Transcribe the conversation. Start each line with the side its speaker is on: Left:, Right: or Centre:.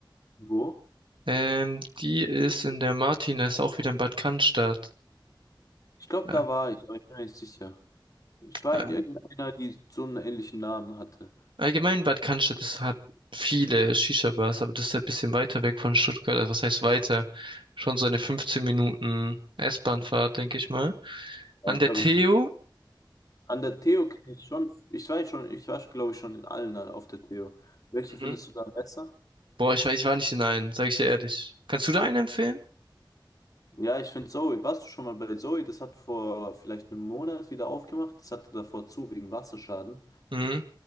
Left: Wo?
Right: Ähm, die ist in der Martina, ist auch wieder in Bad Cannstatt.
Left: Ich glaube,
Right: Ja.
Left: da war ich, aber ich bin mir nicht sicher. Ich war
Right: äh,
Left: in irgendeiner, die so einen ähnlichen Namen hatte.
Right: Allgemein Bad Cannstatt ist, hat viele Shisha-Bars, aber das ist halt ein bisschen weiter weg von Stuttgart. Also was heißt weiter? Schon so eine 15 Minuten S-Bahn-Fahrt, denke ich mal.
Left: Ja,
Right: An
Left: ich
Right: der
Left: glaube,
Right: Theo.
Left: ich An der Theo kenne ich schon, ich war schon, ich war glaube ich schon in allen äh, auf der Theo. Welche
Right: Mhm.
Left: findest du da besser?
Right: Boah, ich weiß, ich war nicht in einen, sage ich dir ehrlich. Kannst du da einen empfehlen?
Left: Ja, ich finde Zoe. Warst du schon mal bei Zoe? Das hat vor vielleicht einem Monat wieder aufgemacht. Das hatte davor zu wegen Wasserschaden.
Right: Mhm.